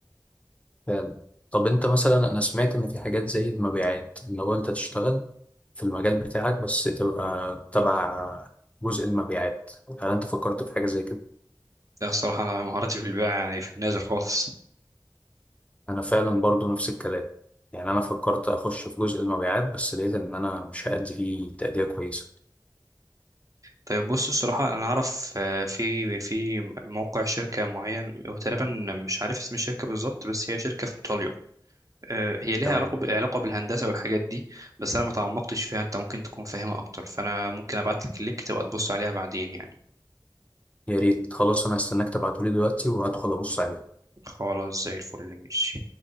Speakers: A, on the left (about 15°); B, on the right (about 45°).
A: فعلا طب انت مثلا انا سمعت ان في حاجات زي المبيعات ان هو انت تشتغل في المجال بتاعك بس تبقى تبع جزء المبيعات هل انت فكرت في حاجه زي كده
B: ده الصراحه انا مهاراتي في البيع يعني في النازل خالص
A: انا فعلا برضو نفس الكلام يعني انا فكرت اخش في جزء المبيعات بس لقيت ان انا مش هأدي فيه تأدية كويسة
B: طيب بص الصراحة أنا أعرف آه، في في موقع شركة معين هو تقريبا مش عارف اسم الشركة بالظبط بس هي شركة في إيطاليا آه، هي ليها
A: تمام
B: علاقة ب- علاقة بالهندسة والحاجات دي بس أنا ما تعمقتش فيها أنت ممكن تكون فاهمها أكتر فأنا ممكن أبعت لك اللينك تبقى تبص عليها بعدين يعني
A: يا ريت خلاص انا هستناك تبعتولي دلوقتي وهدخل ابص عليه
B: خلاص زي الفل ماشي